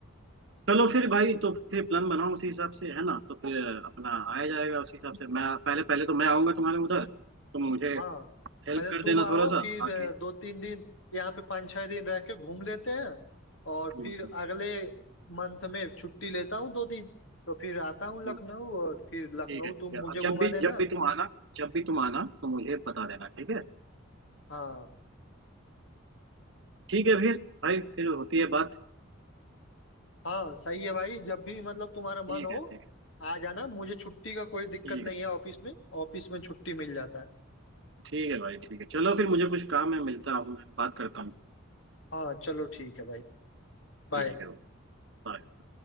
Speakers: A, on the right; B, on the left.
A: चलो फिर भाई तो फिर प्लान बनाओ उसी हिसाब से है ना तो फिर अपना आया जाएगा उसी हिसाब से मैं पहले पहले तो मैं आऊंगा तुम्हारे उधर तो मुझे
B: हाँ
A: हेल्प
B: पहले
A: कर
B: तुम
A: देना
B: आओ
A: थोड़ा सा
B: फिर
A: बाकी
B: अ, दो तीन दिन यहाँ पे पाँच छः दिन रह के घूम लेते हैं और
A: हम्म,
B: फिर
A: हम्म,
B: अगले मंथ में छुट्टी लेता हूँ दो दिन तो फिर आता हूँ लखनऊ
A: हम्म,
B: और फिर लखनऊ
A: ठीक है ठीक
B: तुम
A: है
B: मुझे
A: और
B: घुमा
A: जब भी
B: देना
A: जब भी तुम आना जब भी तुम आना तो मुझे बता देना ठीक है
B: हाँ
A: ठीक है फिर भाई फिर होती है बात
B: हाँ सही है भाई जब भी मतलब तुम्हारा मन
A: ठीक
B: हो
A: है ठीक है
B: आ जाना मुझे छुट्टी का कोई दिक्कत
A: ठीक
B: नहीं
A: है
B: है ऑफिस में ऑफिस में छुट्टी मिल जाता है
A: ठीक है भाई ठीक है चलो फिर मुझे कुछ काम है मिलता हूँ बात करता हूँ
B: हाँ चलो ठीक है भाई बाय
A: ठीक है भाई, bye।